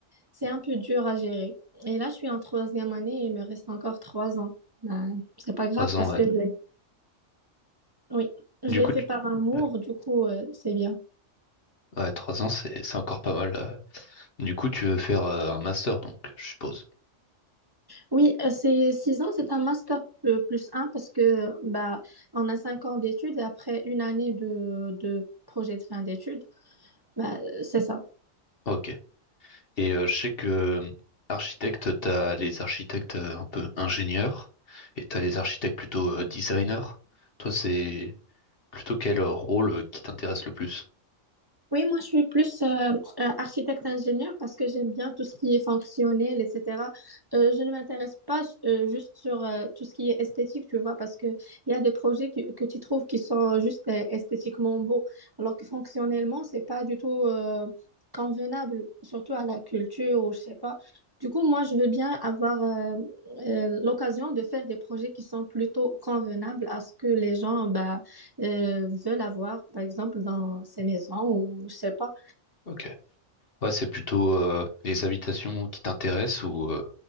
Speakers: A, on the right (about 20°); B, on the left (about 50°).
A: C'est un peu dur à gérer. Et là, je suis en troisième année et il me reste encore trois ans. Ben, c'est pas grave
B: trois ans,
A: parce
B: ouais.
A: que je l'ai- oui, je
B: Du
A: l'ai
B: coup,
A: fait
B: tu-
A: par amour,
B: ouais,
A: du coup, euh, c'est bien.
B: ouais, trois ans, c'est, c'est encore pas mal. euh. Du coup, tu veux faire euh, un master, donc, je suppose.
A: Oui, euh, c'est six ans, c'est un master euh, plus un parce que bah, on a cinq ans d'études et après une année de, de projet de fin d'études, bah, c'est ça.
B: Ok. Et euh, je sais que euh, architecte, t'as les architectes euh, un peu ingénieurs et t'as les architectes plutôt euh, designers. Toi, c'est Plutôt quel euh, rôle euh, qui t'intéresse le plus?
A: Oui, moi je suis plus euh, euh, architecte-ingénieur parce que j'aime bien tout ce qui est fonctionnel, etc. Euh, je ne m'intéresse pas euh, juste sur euh, tout ce qui est esthétique, tu vois, parce que il y a des projets qui- que tu trouves qui sont juste euh, esthétiquement beaux, alors que fonctionnellement, c'est pas du tout euh, convenable, surtout à la culture ou je sais pas. Du coup, moi je veux bien avoir euh, euh, l'occasion de faire des projets qui sont plutôt convenables à ce que les gens, bah, euh, veulent avoir, par exemple, dans ces maisons ou je sais pas.
B: Ok. Ouais, c'est plutôt euh, les habitations qui t'intéressent ou euh,